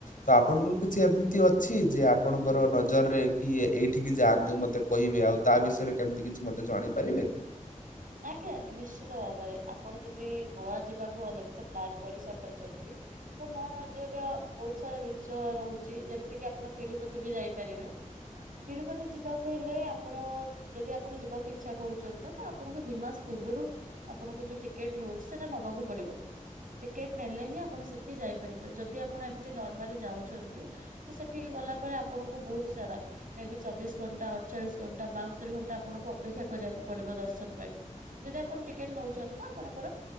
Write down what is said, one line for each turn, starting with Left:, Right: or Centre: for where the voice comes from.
Left: ତ ଆପଣଙ୍କର କିଛି ଏମିତି ଅଛି ଯେ ଆପଣଙ୍କର ନଜରରେ କି ଏଇଠିକି ଯାଆନ୍ତୁ? ମୋତେ କହିବେ ଆଉ ତା ବିଷୟରେ କେମିତି କିଛି ମୋତେ ଜଣେଇ ପାରିବେ?
Right: ଆଜ୍ଞା ନିଶ୍ଚିତ ଭାବରେ ଆପଣ ଯଦି ଗୋଆ ଯିବାକୁ ଅଲରେଡି ତ ପ୍ଲାନ୍ କରିସାରିଛନ୍ତି। ତ ମୋ ନଜର ବହୁତ ସାରା ଜିନିଷ ରହୁଛି, ଯେମିତି କିି ଆପଣ ତିରୁପତି ବି ଯାଇପାରିବେ। ତିରୁପତି ଯିବାକୁ ହେଲେ ଆପଣ ଯଦି ଆପଣ ଯିବାକୁ ଇଚ୍ଛା କରୁଛନ୍ତି ତ ଆପଣଙ୍କୁ ଦି ମାସ ପୂର୍ବରୁ ଆପଣଙ୍କୁ ଯୋଉ ଟିକେଟ୍ ରହୁଛି ସେଟା ନବାକୁ ପଡିବ। ଟିକେଟ୍ ନେଲେ ହିଁ ଆପଣ ସେଠିକି ଯାଇପାରିବେ। ଯଦି ଆପଣ ଏମତି ନର୍ମାଲି ଯାଉଛନ୍ତି ତ ସେଠିକି ଗଲା ପରେ ଆପଣଙ୍କୁ ବହୁତ ସାରା ମେ ବି ଚବିଶ ଘଣ୍ଟା, ଅଡଚାଳିଶ ଘଣ୍ଟା, ବାସ୍ତରି ଘଣ୍ଟା, ଆପଣଙ୍କୁ ଅପେକ୍ଷା କରିବାକୁ ପଡିବ ଦର୍ଶନ ପାଇଁ ଯଦି ଆପଣ ଟିକେଟ୍ ନେଉଛନ୍ତି ତ ଆପଣଙ୍କର